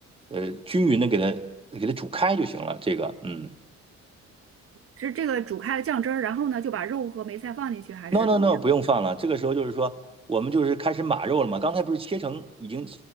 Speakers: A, on the right; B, on the right.
A: 呃均匀的给它给它煮开就行了。这个嗯
B: 是这个煮开了酱汁儿，然后呢就把肉和梅菜放进去，还是怎么样？
A: ，no no no，不用放了。这个时候就是说我们就是开始码肉了嘛。刚才不是切成已经，